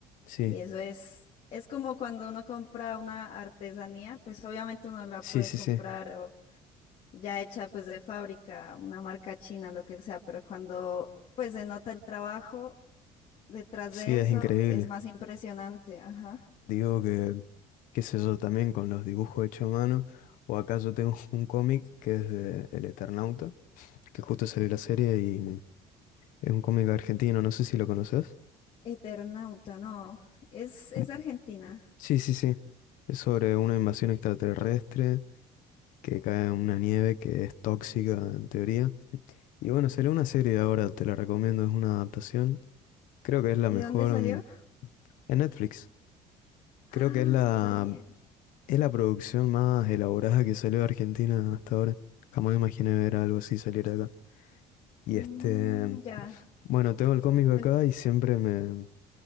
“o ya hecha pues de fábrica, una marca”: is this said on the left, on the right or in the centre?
Left